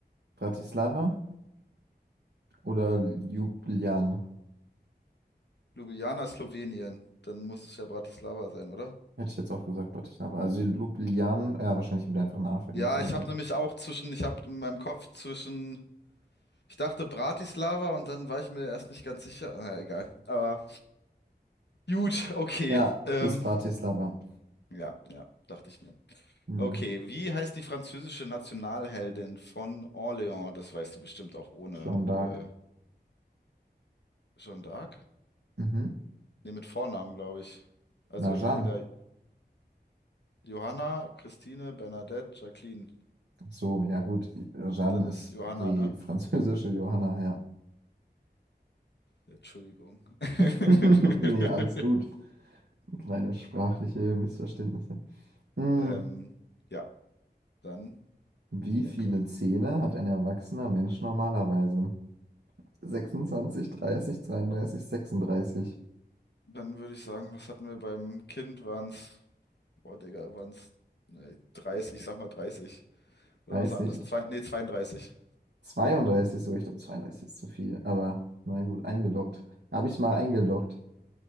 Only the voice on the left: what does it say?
Ljubljana, Slowenien. Dann muss es ja Bratislava sein, oder?
Ja, ich
habe
nämlich auch zwischen, ich habe in meinem Kopf zwischen, ich dachte Bratislava und dann war ich mir erst nicht ganz sicher. Na, egal. Aber gut, okay.
Ähm,
ja, ja, dachte ich mir.
Okay, wie heißt die französische Nationalheldin von Orléans? Das weißt du bestimmt auch ohne
äh, Jeanne d'Arc.
Ne, mit Vornamen, glaube ich. Also
entweder Johanna, Christine, Bernadette, Jacqueline.
Dann
ist Johanna,
ne?
Entschuldigung. <laughs>
Ähm, ja, dann
it's your
turn.
Dann würde ich sagen, was hatten wir beim Kind? Waren's, boah, Digga, waren's ne, Dreißig, ich sag mal dreißig Oder
was waren das? Zwei, nee, zweiunddreißig.